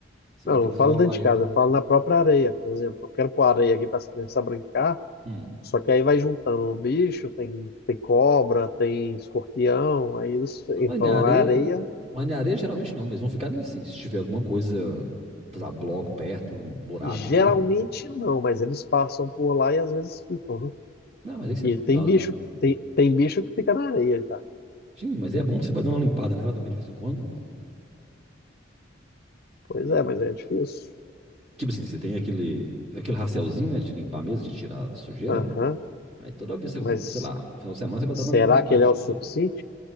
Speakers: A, on the right; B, on the left.
A: Você
B: não,
A: vai ter
B: não
A: que
B: falo
A: isolar
B: dentro de
A: ele.
B: casa, eu falo na própria areia, por exemplo. Eu quero pôr areia aqui para as crianças brincar,
A: Hum.
B: só que aí vai juntando um bicho, tem, tem cobra, tem escorpião, aí eles entram
A: Ah, Mas na
B: lá
A: areia,
B: na areia
A: mas na areia geralmente não, mas vão ficar nisso, assim. Se tiver alguma coisa, sei lá, bloco perto, um buraco,
B: Geralmente
A: entendeu?
B: não, mas eles passam por lá e às vezes ficam, né?
A: Não, mas aí você
B: E tem
A: dá.
B: bicho, tem, tem bicho que fica na areia já.
A: Sim, mas é bom que você vai dando uma limpada nela também de vez em quando, pô.
B: Pois
A: Hum.
B: é, mas é difícil.
A: Tipo assim, você tem aquele, aquele rastelzinho, né, de limpar mesmo, de tirar a sujeira.
B: Aham,
A: Aí toda vez,
B: mas
A: você, sei lá, no final de semana você vai
B: será
A: dar uma limpadinha
B: que ele é o suficiente?
A: lá.